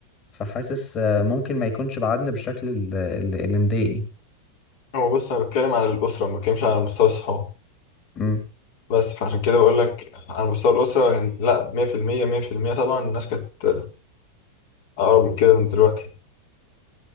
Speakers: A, on the left; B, on the left.
A: فحاسس آه ممكن ما يكونش بعدنا بالشكل ال- ال- اللي مضايقني
B: هو بص انا بتكلم على الأسرة ما بتكلمش على مستوى الصحاب
A: امم
B: بس فعشان كده بقول لك على مستوى الأسرة يعني لا 100% 100% طبعا الناس كانت أقرب من كده من دلوقتي